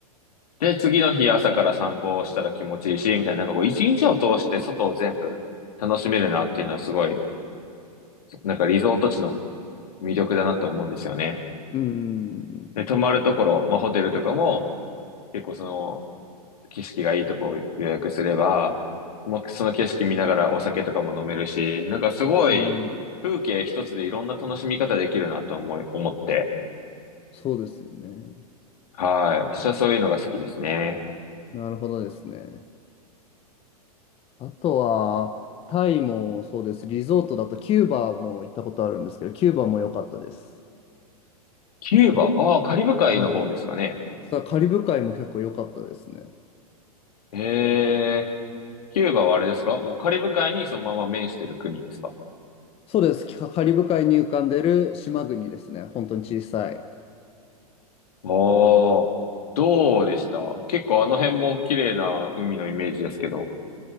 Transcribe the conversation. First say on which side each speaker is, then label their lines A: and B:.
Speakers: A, on the left; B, on the left.
A: で、次の日朝から散歩をしたら気持ちいいし、みたいな、なんかこう、一日を通して外を全部楽しめるなっていうのはすごい、なんかリゾート地の魅力だなと思うんですよね。
B: うん。
A: で、泊まるところ、まあホテルとかも、結構その、景色がいいとこを予約すれば、もうその景色見ながらお酒とかも飲めるし、なんかすごい風景一つでいろんな楽しみ方できるなと思い、
B: うん。
A: 思って。
B: そうですよね。
A: はい。私はそういうのが好きですね。
B: なるほどですね。あとは、タイもそうです。リゾートだとキューバも行ったことあるんですけど、キューバも良かったです。
A: キューバ、ああ、カリブ海の方ですかね。
B: はいさあ、カリブ海も結構良かったですね。
A: ええ、キューバはあれですかもうカリブ海にそのまま面してる国ですか
B: そうです。カカリブ海に浮かんでる島国ですね。本当に小さい。
A: おー、どうでした結構あの辺も綺麗な海のイメージですけど。